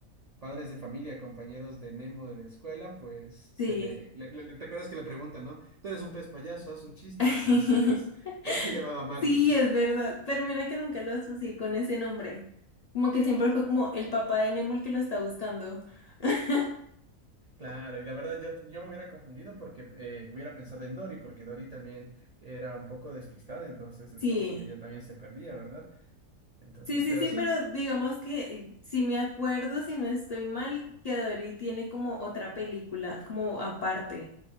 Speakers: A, on the right; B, on the left.
A: padres de familia, compañeros de Nemo de la escuela, pues se
B: sí.
A: le, le- le- ¿te acuerdas que le preguntan, ¿no? Tú eres un pez payaso, haz un chiste.
B: <laughs>
A: Entonces, él se llamaba Marlin.
B: Sí, es verdad. Pero mira que nunca lo asocié con ese nombre. Como que siempre fue como el papá de Nemo el que lo está buscando. <laughs>
A: Claro, y la verdad yo, yo me hubiera confundido porque eh, hubiera pensado en Dory, porque Dory también era un poco despistada, entonces es
B: Sí.
A: como que ella también se perdía, ¿verdad? Entonces,
B: Sí, sí,
A: pero
B: sí,
A: sí,
B: pero digamos que eh, si me acuerdo, si no estoy mal, que Dory tiene como otra película, como aparte.